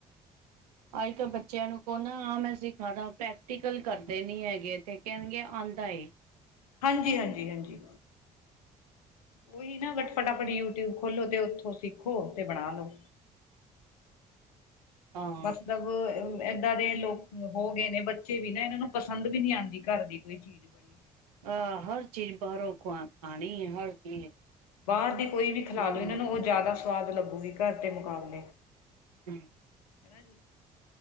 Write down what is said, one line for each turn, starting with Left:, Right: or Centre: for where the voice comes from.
Right: ਆਈ ਤਾਂ ਬੱਚੇਆਂ ਨੂੰ ਕਓ ਨਾ ਆ ਮੈਂ ਸਿਖਾਦਾ ਪ੍ਰੈਕਟੀਕਲ ਕਰਦੇ ਨੀ ਹੈਗੇ ਤੇ ਕੈਨਗੇ ਆਂਦਾ ਏ।
Left: ਹਾਂਜੀ-ਹਾਂਜੀ-ਹਾਂਜੀ। ਓਹੀ ਨਾ ਬਟ ਫਟਾਫਟ ਯੂਟਿਊਬ ਖੋਲੋ ਤੇ ਓਥੋਂ ਸਿੱਖੋ ਤੇ ਬਨਾ ਲੋ।
Right: ਹਾਂ
Left: ਮਤਲਬ ਅ ਮ ਏਦਾਂ ਦੇ ਲੋਕ ਹੋ ਗਏ ਨੇ ਬੱਚੇ ਵੀ ਨਾ ਏਨਾਂ ਨੂੰ ਪਸੰਦ ਵੀ ਨੀ ਆਂਦੀ ਘਰ ਦੀ ਕੋਈ ਚੀਜ਼ ਬਨੀ।
Right: ਅ ਹਰ ਚੀਜ਼ ਬਾਰੋਂ ਖਵਾ ਖਾਨੀ ਏ ਹਰ ਚੀਜ਼।
Left: ਬਾਰ ਦੀ ਕੋਈ ਵੀ ਖਿਲਾ
Right: ਹਮ
Left: ਦੋ ਓ ਏਨਾਂ ਨੂੰ ਓ ਜਾਦਾ ਸਵਾਦ ਲੱਗੂਗੀ ਘਰ ਦੇ ਮੁਕਾਬਲੇ।
Right: ਹੂੰ।
Left: ਹਨਾ ਜੀ।